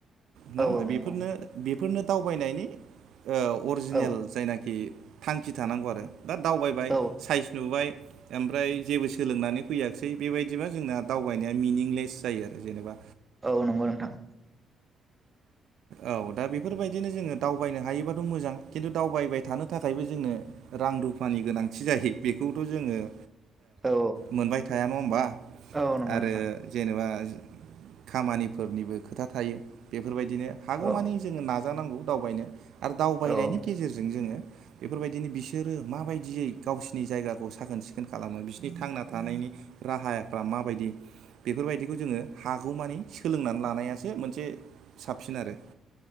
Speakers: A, on the right; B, on the right.
A: नङा
B: औ
A: होमबा
B: नंगौ
A: बेफोरनो-बेफोरनो दावबायनायनि ओ अरिजिनेल
B: औ
A: जायनाखि थांखि थानांगौ आरो। दा दावबायबाय
B: औ
A: साइस नुबाय। ओमफ्राय जेबो सोलोंनानै फैयाखिसै बेबायदिबा जोंना दावबायनाया मिनिंलेस जायो आरो जेनेबा।
B: औ नंगौ नोंथां।
A: औ दा बेफोरबायदिनो जोङो दावबायनो हायोबाथ' मोजां खिन्थु दावबायबाय थानो थाखायबो जोंङो रां रुफानि गोनांथि जायो बेखौथ' जोङो ओ
B: औ
A: मोनबाय थाया नङा होमबा
B: औ औ नंगौ
A: आरो
B: नोंथां
A: जेनेबा खामानिफोरनिबो खोथा थायो बेफोरबायदिनो हागौमानि
B: औ
A: जोङो ना जानांगौ दावबायनो आरो दावबायनायनि
B: औ
A: गेजेरजों जोङो बेफोरबायदिनो बिसोरो माबायदियै गावसिनि जायगाखौ साखोन सिखोन खालामो बिसोरनि थांना थानायनि राहाफ्रा माबायदि बेफोरबायदिखौ जोङो हा गौमानि सोलोंनानै लानायासो मोनसे साबसिन आरो